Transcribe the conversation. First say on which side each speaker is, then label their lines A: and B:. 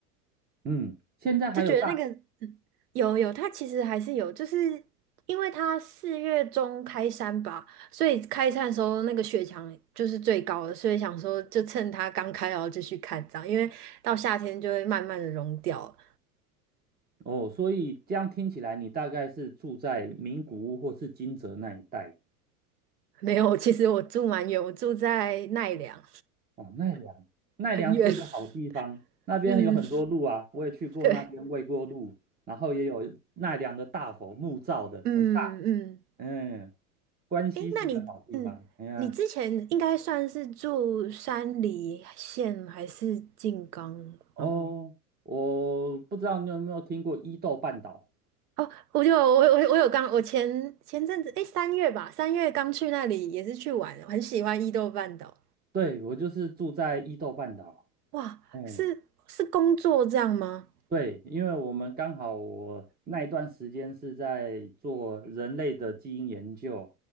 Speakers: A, on the right; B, on the right.
A: 嗯，现在还有大
B: 就觉得那个嗯有有，它其实还是有，就是因为它四月中开山吧，所以开山的时候那个雪墙就是最高的，所以想说就趁它刚开然后就去看这样，因为到夏天就会慢慢的融掉了
A: 哦，所以这样听起来，你大概是住在名古屋或是金泽那一带
B: 没有，其实我住蛮远，我住在奈良，
A: 哦。奈良，奈良是个好地方，
B: 很远。<laughs>
A: 那边有很多路啊，
B: 嗯，
A: 我也去过那边喂过鹿，
B: 对，
A: 然后也有奈良的大佛，木造的，
B: 嗯嗯。
A: 很大。嗯，关西是个好地方。
B: 诶，那你，嗯，
A: 哎呀，
B: 你之前应该算是住山梨县还是静冈吗？
A: 哦，我不知道你有没有听过伊豆半岛？
B: 哦，我就我我我有刚，我前前阵子，诶，三月吧，三月刚去那里，也是去玩，很喜欢伊豆半岛。
A: 对，我就是住在伊豆半岛。
B: 哇，
A: 嗯。
B: 是是工作这样吗？
A: 对，因为我们刚好我那一段时间是在做人类的基因研究，